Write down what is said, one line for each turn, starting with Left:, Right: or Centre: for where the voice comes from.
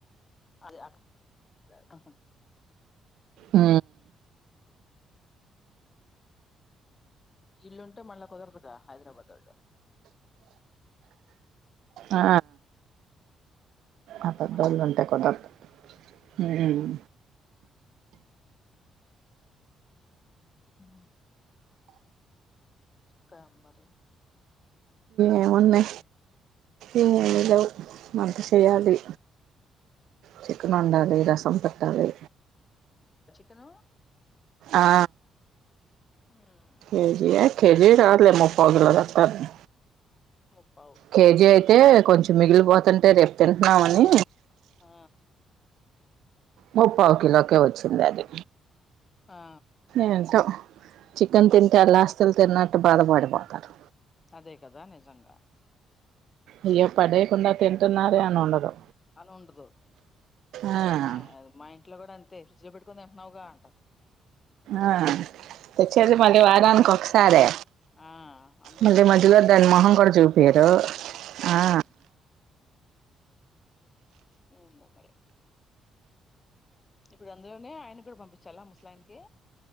Left: అదే <unintelligible>
Right: ఉ
Left: ఈళ్ళుంటే మళ్ళా కుదరదుగా హైదరాబాద్ వాళ్ళు
Right: ఆ
Left: వాళ్ళు
Right: అదద్
Left: పట్టాన్
Right: దళ్గుంటాయి
Left: కదుండ్రు
Right: <unintelligible> మ్
Left: ఉ క మరి
Right: ఏముంది ఏమీ లేవు మంత చేయాలి చికన్ వండాలి
Left: హ్మ్
Right: రసం పెట్టాలి
Left: కను
Right: ఆ
Left: మ్మ్
Right: ఏం చేయాలి కెజీ చాలే ముప్పగలద చాలు
Left: ముప్పావు
Right: కేజీ
Left: ఓకే
Right: అయితే కొంచెం మిగిలిపోతుంటే రేపు తింటున్నామని
Left: ఆ
Right: ముప్పవు కిలోకే వచ్చింది అది
Left: ఆ
Right: ఏంటో చికెన్ తింటే అలా ఆస్తులు తిన్నట్టు బాధపడిపోతారు
Left: అదే కదా నిజంగా
Right: అయ్యో పడే కుండా తింటన్నారే అని ఉండదు
Left: అను ఉండదు
Right: ఆ
Left: మా మ ఇంట్లో కూడా అంతే ఫ్రిడ్జ్ లో పెట్టుకుని తింటున్నావుగా అంటారు
Right: ఆ తెచ్చేసి
Left: మిగిలిపోతుంది
Right: మళ్ళీ వారానికి
Left: కదా
Right: ఒకసారే
Left: ఆ అంతెందుకు
Right: మళ్ళీ
Left: మిగిలిపోతుందిగా
Right: మధ్యలో దాని మొహం
Left: అంటారు
Right: కూడా చూపియరు ఆ
Left: ఎందో మరి ఇప్పుడు అందులోనే ఆయన కూడా పంపించాలా మ లానికి